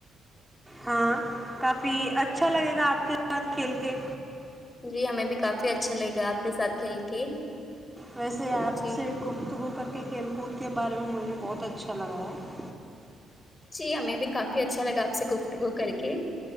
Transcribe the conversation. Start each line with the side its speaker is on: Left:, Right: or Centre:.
Centre: ہاں کافی اچھا لگے گا آپ کے ساتھ کھیل کے
Left: جی ہمیں بھی کافی اچھا لگ گا آپ کے ساتھ کھیل کے
Centre: ویسے آپ
Left: جی
Centre: سے گفتگو کر کے کھیل کود کے بارے میں مجھے بہت اچھا لگا ہے
Left: جی ہمیں بھی کافی اچھا لگا اپ سے کو گو کر کے